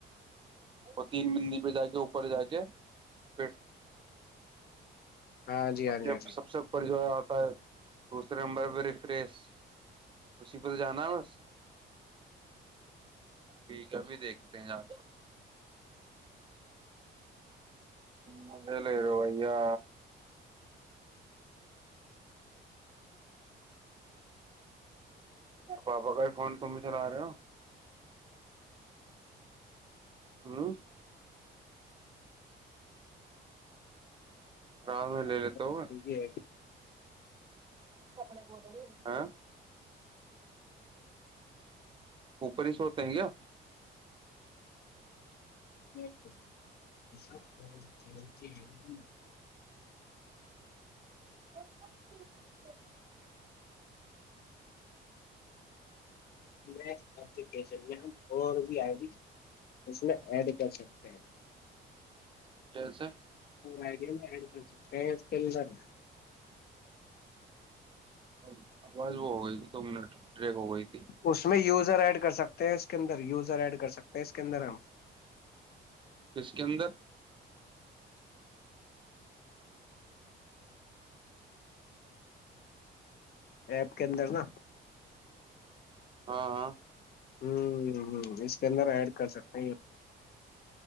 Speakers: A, on the right; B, on the left.
A: وہ تین مندی پہ جا کے اوپر جا کے پھر
B: ہاں جی ہاں جی
A: جب
B: ہاں جی
A: سب سے پر جو ہے دوسرے نمبر پہ ریفریس اسی پ تو جانا ہے بس ٹھیک ہےبھی دیکھتے ہیں آ مز لے رہ بیا پاپا کا ہی فون تم چلا رہے ہو ہاں رات
B: ہاں
A: میں لے لیتا ہوگا
B: جی یہ
A: جنے ہاں اوپر س ہوتے ہیں کیا
B: بب <unintelligible>
A: س <unintelligible>
B: میں اپپلیکیشنیا <unintelligible> اور بھی آئے ت اس میں ایڈ کر سکتے ہیں
A: چسے
B: آ گ ای کر کےلدر <unintelligible>
A: اب آواز وہ ہو گئی تھی دو منٹ ریک ہو گئی تھی
B: اس میں یوز یزر ایڈ کر سکتے ہیں اس کے اندر یوزر ایڈ کر سکتے ہیں اس کے اندر ہم
A: اس کے اندر
B: ایپ کے اندر نا
A: ہاں ہاں
B: ہ ہ اس کے اندر ایڈ کر سکتے ہیں